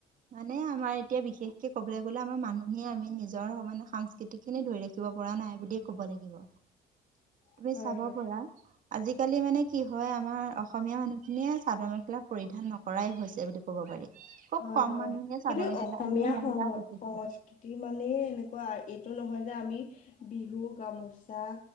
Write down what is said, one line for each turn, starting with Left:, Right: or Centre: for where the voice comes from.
Right: মানে আমাৰ এতিয়া বিশেষকে ক'বলৈ গ'লে আমাৰ মানুহে আমি নিজৰ মানে সাংষ্কৃতিক খিনি ধৰি ৰাখিব পৰা নাই বুলিয়ে ক'ব লাগিব।
Left: <unintelligible>
Right: তুমি
Left: হয়
Right: চাব
Left: হয়
Right: প'ৰা। আজিকালি মানে কি হয়, আমাৰ অসমীয়া মানুহখিনিয়ে চাদৰ মেখেলা পৰিধান নকৰাই হৈছে বুলি ক'ব পাৰি। খুব
Left: হয়,
Right: কম
Left: হয়
Right: মানুহে চাদৰ
Left: কিন্তু
Right: মেখেলা
Left: অসমীয়া
Right: মানে মহিলা
Left: সং-সংস্কৃতি
Right: বিশেষকে
Left: মানে এনেকুৱা এইটো নহয়। আমি বিহু গামোচা,